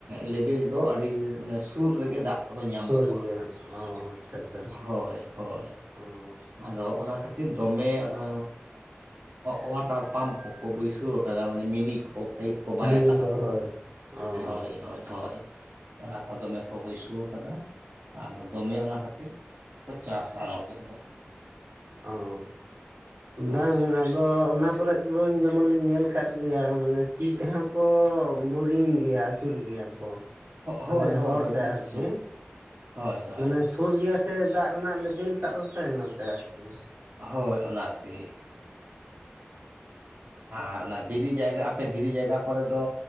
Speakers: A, on the right; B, on the right.
A: ᱞᱮᱵᱮᱞ ᱫᱚ ᱟᱹᱰᱤ ᱢᱟᱱᱮ ᱥᱩᱨ ᱨᱮᱜᱮ ᱫᱟᱜ ᱠᱚᱫᱚ ᱧᱟᱢᱚᱜᱼᱟ
B: ᱥᱩᱨ ᱜᱮᱭᱟ ᱚ ᱟᱪᱪᱷᱟ ᱟᱪᱪᱷᱟ
A: ᱦᱚᱭ ᱦᱚᱭ
B: ᱚ
A: ᱟᱫᱚ ᱚᱱᱟ ᱠᱷᱟᱹᱛᱤᱨ ᱫᱚᱢᱮ ᱚᱱᱟ ᱚᱣᱟᱴᱟᱨ ᱯᱟᱢ ᱠᱚ ᱠᱚ ᱵᱟᱹᱭᱥᱟᱹᱣ ᱟᱠᱟᱫᱟ ᱢᱟᱱᱮ ᱢᱤᱱᱤ ᱠᱚ ᱯᱟᱭᱤᱯ ᱠᱚ ᱵᱟᱭ
B: ᱢᱤᱱᱤ
A: ᱟᱠᱟᱫᱟ ᱠᱚ
B: ᱦᱳᱭ ᱚ
A: ᱦᱚᱭ ᱦᱚᱭ ᱦᱚᱭ ᱚᱱᱟ ᱠᱚ ᱫᱚᱢᱮ ᱠᱚ ᱵᱟᱹᱭᱥᱟᱹᱣ ᱟᱠᱟᱫᱟ ᱟᱫᱚ ᱫᱚᱢᱮ ᱚᱱᱟ ᱠᱷᱟᱹᱛᱤᱨ ᱠᱚ ᱪᱟᱥᱟ ᱱᱚᱛᱮᱫ ᱫᱚ
B: ᱚᱸᱻ
A: ᱦᱳᱭ
B: ᱵᱟᱝ ᱟᱨᱼᱼ ᱟᱫᱚ ᱚᱱᱟ ᱠᱚᱨ ᱫᱚᱧ ᱡᱮᱢᱚᱱ ᱞᱤᱧ ᱧᱮᱞ ᱟᱠᱟᱫ ᱜᱮᱭᱟ ᱢᱟᱱᱮ ᱛᱤ ᱛᱮᱦᱚᱸ ᱠᱚ ᱵᱳᱨᱤᱝ ᱜᱮᱭᱟ ᱟᱹᱪᱩᱨ ᱜᱮᱭᱟ ᱠᱚ ᱢᱟᱱᱮ
A: ᱦᱳᱭ ᱦᱳᱭ
B: ᱦᱚᱲ
A: ᱦᱳᱭ
B: ᱛᱮ
A: ᱛᱤ
B: ᱟᱨᱠᱤ
A: ᱛᱮᱦᱚᱸ ᱵᱚᱱ ᱦᱳᱭ ᱦᱳᱭ
B: ᱢᱟᱱᱮ ᱥᱩᱨ ᱜᱮᱭᱟ ᱥᱮ ᱫᱟᱜ ᱨᱮᱱᱟᱜ ᱞᱮᱵᱮᱞ ᱴᱟᱜ ᱫᱚ ᱥᱮ ᱤᱱᱟᱛᱮ ᱟᱨᱠᱤ
A: ᱦᱚᱭ ᱚᱱᱟ ᱛᱮᱜᱮ ᱟᱨ ᱚᱱᱟ ᱫᱷᱤᱨᱤ ᱡᱟᱭᱜᱟ ᱟᱯᱮ ᱫᱷᱤᱨᱤ ᱡᱟᱭᱜᱟ ᱠᱚᱨᱮ ᱫᱚ